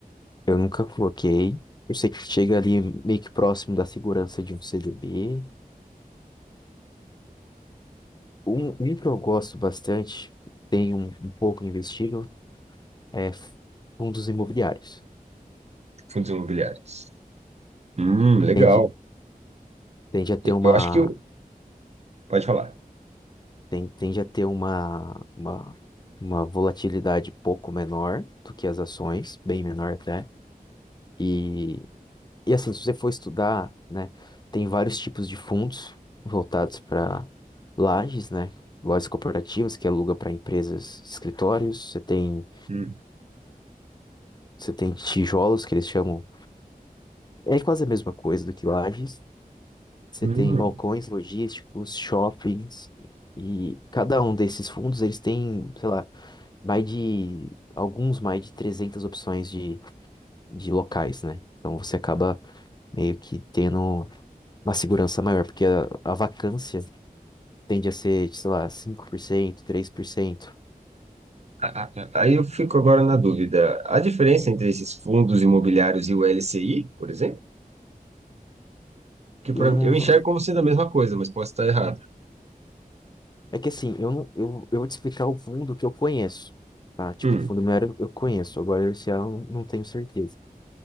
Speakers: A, on the left; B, on the right.
A: Eu nunca coloquei. Eu sei que chega ali meio que próximo da segurança de um CDB. Um, um que eu gosto bastante, tem um, um pouco investido, é f- fundos imobiliários.
B: fundos imobiliários. Hum, legal.
A: Tende, tende a ter uma,
B: Eu acho que... eu- Pode falar.
A: tem, tende a ter uma, uma, uma volatilidade pouco menor do que as ações, bem menor até. E, e assim, se você for estudar, né, tem vários tipos de fundos voltados para lajes, né? Lojas corporativas que aluga para empresas, escritórios, você tem,
B: Hum.
A: você tem tijolos que eles chamam é quase a mesma coisa do que lajes. Você
B: Hum.
A: tem balcões logísticos, shoppings, e cada um desses fundos, eles têm, sei lá, mais de, alguns mais de 300 opções de, de locais, né? Então você acaba meio que tendo uma segurança maior, porque a, a vacância tende a ser, sei lá, cinco por cento três por cento
B: Ah, ah, Aí eu fico agora na dúvida. A diferença entre esses fundos imobiliários e o LCI, por exemplo, que pra,
A: Eu não...
B: eu enxergo
A: vou-
B: como sendo a mesma coisa, mas posso estar errado.
A: É que assim, eu não, eu, eu vou te explicar o fundo que eu conheço, tá? Tipo,
B: Hum,
A: o fundo imobiliário eu conheço, agora esse ano eu não tenho certeza.